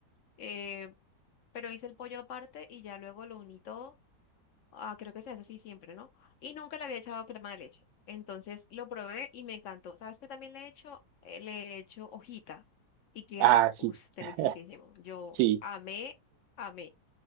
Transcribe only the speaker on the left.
eh, pero hice el pollo aparte y ya luego lo uní todo. Ah, creo que se hace así siempre, ¿no? Y nunca le había echado crema de leche. Entonces lo probé y me encantó. ¿Sabes qué también le he hecho? Eh, le he hecho hojita y queda,
uff, deliciosísimo.
Yo
amé, amé.